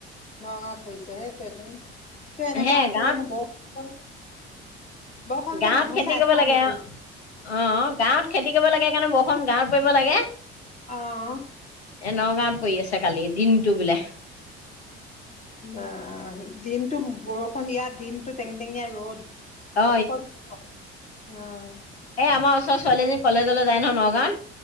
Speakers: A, on the left; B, on the left.
A: নগাঁৱত পৰিছে, সেইটোৱেইটোকিয় এনেকুৱা
B: হে
A: হৈছে
B: গাঁৱত
A: জানো বৰষুণ বৰষুণতো
B: গাঁৱত
A: মানুহ
B: খেতি
A: চাই
B: কৰিব
A: চাই
B: লাগে
A: হৈ
B: অ',
A: পৰিছে
B: গাঁৱত খেতি কৰিব লাগে কাৰণে, বৰষুণ গাঁৱত পৰিব লাগে।
A: অ'।
B: এ নগাঁত পৰি আছে কালি, দিনটো বোলে।
A: অ', দিনটো বৰষুণ ইয়াত, দিনটো টেং-টেঙীয়া ৰ'দ। <unintelligible>
B: অ
A: অ'।
B: এই আমাৰ ওচৰ ছোৱালীজনী কলেজলৈ যায় নহয় নগাঁৱত,